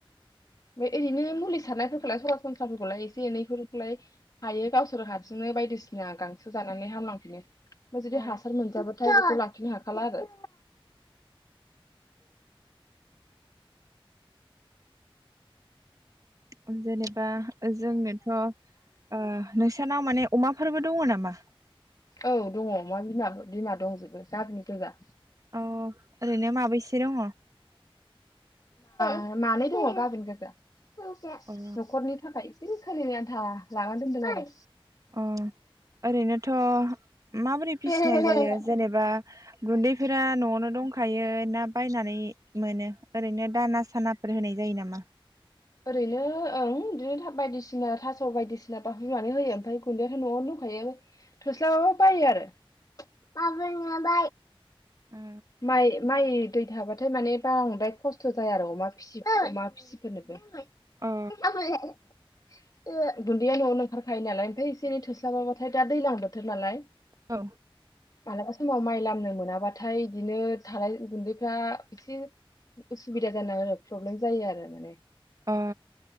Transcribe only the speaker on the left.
ओमफाय ओरैनो मुलि सारनायफोरखौलाय सरासनस्राफोरखौलाय एसे एनैफोरखौलाय हायो गावसोर हारसिंनो बायदिसिना गांसो जानानै हामलांफिनो ओमफाय जुदि
हासार मोनजाबाथाय बेखौ लाखिनो हाखाला आरो
औ दङ अमा बिमा बिमा दंजोबो गाबिन गोजा
मा-मानै दंङ गाबिन गोजा
नखरनि थाखाय एसे सोलिनो आन्था लानान दोनदों आरो
आरो
ओरैनो ओं बिदिनो था बायदिसिना थास' बायदिसिना बा रूनानै होयो ओमफाय गुन्दैयााथ नआवनो दंखायो थोस्लाबाबाबो बायो आरो
माइ माइ दै थाबाथाय माने बांद्राय खस्थ जाया आरो अमा फिसिब अमा फिसिफोरनो <unintelligible> <unintelligible> गुन्दैया
नआवनो ओंखारखायो नालाय ओमफाय एसे एनै थोस्लाबाबाथाय दा दैजलां बोथोर नालाय
मालाबा समाव माइ लामनो मोनाबाथाय इदिनो थालाय गुन्दैफ्रा एसे उसुबिदा जानाहोयो प्रब्लेम जायो आरो माने